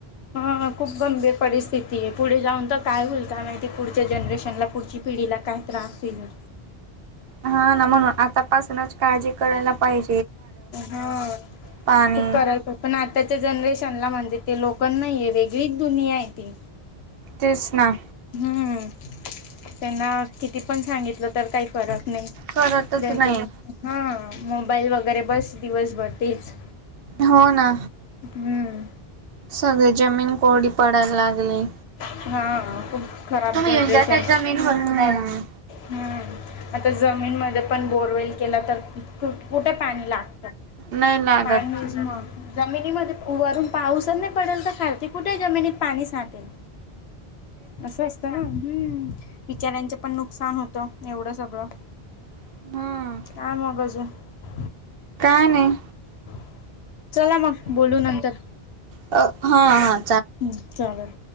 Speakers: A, on the left (about 75°); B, on the right (about 70°).
A: हां खूप गंभीर परिस्थिती हे पुढे जाऊन तर काय होईल काय माहिती पुढच्या जनरेशनला पुढची पिढीला काय त्रास होईल
B: हा ना म्हणून आतापासूनच काळजी करायला पाहि
A: हां
B: पाणी
A: खूप कडक <unintelligible> ना त्याच्या जनरेशनला म्हणजे ते लोक नाहीये वेगळीच दुनिया आहे ती
B: तेच ना
A: हम्म त्यांना किती पण सांगितलं तर काही फरक नाही
B: करतच
A: ज्याचं
B: नाही
A: हां मोबाईल वगैरे बस दिवसभर तेच
B: हो ना
A: हम्म
B: सगळी जमीन कोरडी पडायला लागली
A: हा खुप खराब
B: तुम्ही
A: जनरेशन
B: येऊन जा त्या जमीन वर पुरायला
A: हं आता जमीनमध्ये पण बोरवेल केला तर कु कुठे पाणी लागत
B: नाही लागत
A: पाणी <unintelligible> जमिनीमध्ये वरून पाऊसच नाही पडेल तर खालती कुठे जमिनीत पाणी साठेल. असं असतं ना, हम्म बिचाऱ्यांचं पण नुकसान होतं एवढं सगळं.
B: हम्म
A: काय मग अजून <inaudible>
B: नाही नाही
A: <unintelligible> चला मग बोलू नंतर.
B: अं हा हां.
A: हू चालेल